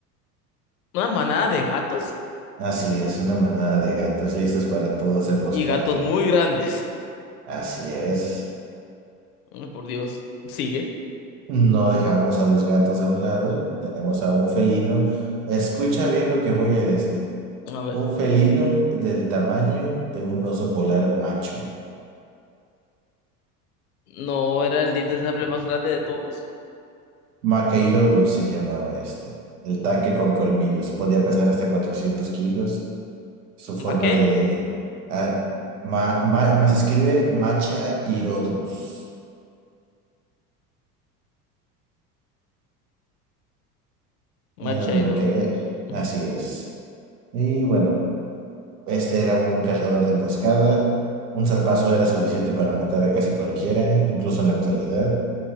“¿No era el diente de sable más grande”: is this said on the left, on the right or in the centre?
Left